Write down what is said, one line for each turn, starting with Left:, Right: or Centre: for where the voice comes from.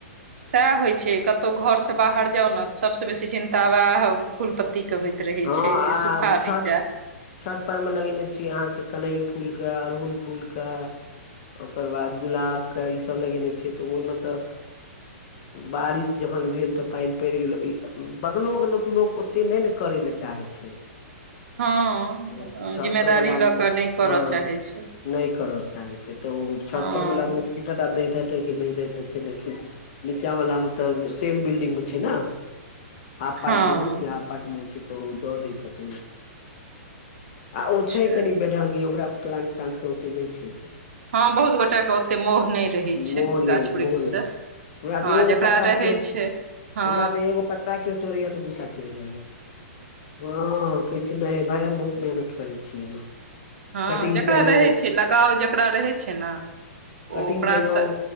Right: सएह होइत छै कतहु घर से बाहर जाउ ने सभस बेसी चिन्ता वएह फूल पत्तीके होइत रहै
Left: हँ
Right: छै
Left: आ
Right: जे सुखा नहि
Left: छ्त
Right: जाय
Left: छत पर मे लगेने छी अहाँकेँ कनैल फूल के अड़हुल फूल के ओकर बाद गुलाबके ईसभ लगेने छै तऽ ओहिमे त बारिश जखन भेल तऽ पानि पड़ि गेल ई बगलो उगलो के लोक ओते नहि ने करै लए चाहै छै
Right: ह
Left: तऽ छत
Right: जिम्मेदारी
Left: पर वला
Right: लऽ
Left: मे तऽ
Right: कऽ नहि करऽ
Left: हँ
Right: चाहै छै।
Left: नहि करऽ चाहै छै तऽ ओ छत
Right: हँ
Left: परर्वला दैत हेतै कि नहि दैत हेतै लेकिन नीचा वला मे त सेम बिल्डिग मे छै न। हाफ पाटमे
Right: हँ
Left: हम छी हाफ पाटमे उ छै तऽ ओ दऽ दै छथि आ
Right: अच्छा
Left: ओ छै कनि बेढंगगी ओकरा प्लान्ट प्लान्त के ओते नहि छै।
Right: हँ बहुत गोटा के ओते मोह नहि रहै छै
Left: मोह नै
Right: गाछ वृक्ष
Left: मोह नै
Right: से
Left: छै हमरा तऽ
Right: हँ
Left: एगो
Right: जकरा
Left: पत्ता
Right: रहै
Left: को
Right: छै हँ
Left: हमरा तऽ एगो पत्ता केयो तोड़ैया तऽ गुस्सा चिढ़ जाइया। हँ कहै छै नहि भाय हम बहुत मेहनत करै छियै एहिमे।
Right: हँ
Left: कटिंग
Right: जेकरा
Left: केलहुँ
Right: रहै छै लगाव जेकरा रहै छै ने ओ
Left: कटिंग
Right: ओकरासँ
Left: केलहुँ